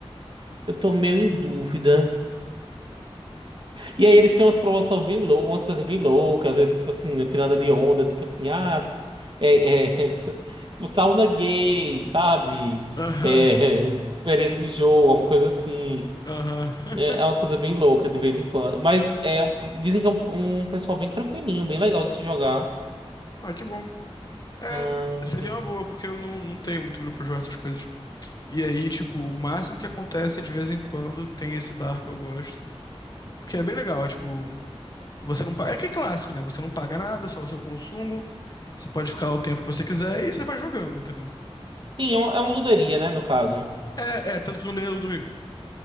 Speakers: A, on the right; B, on the left.
A: eu tô meio em dúvida. E aí eles tinham umas promoções bem lou umas coisas bem loucas, às vezes, tipo assim, não de onda, tipo assim, ah, s- é, é, <laughs> tipo, sauna gay, sabe?
B: Aham.
A: É, <laughs> experiência de jogo, alguma coisa assim.
B: <laughs> Aham.
A: É,
B: <laughs>
A: é umas coisas bem loucas de vez em quando. Mas é, um- dizem que é um, um pessoal bem tranquilinho, bem legal de se jogar.
B: Ah, que bom. É,
A: Ah,
B: seria
A: aqui.
B: uma boa, porque eu não, não tenho muito grupo pra jogar essas coisas. E aí, tipo, o máximo que acontece é de vez em quando tem esse bar que eu gosto. Porque é bem legal, é tipo, você não paga. É que é clássico, né? Você não paga nada, só o seu consumo. Você pode ficar lá o tempo que você quiser e você vai jogando, entendeu?
A: Sim, é, um- é uma luderia, né, no caso. <laughs>
B: É, é, tanto que o nome dele é Ludwig.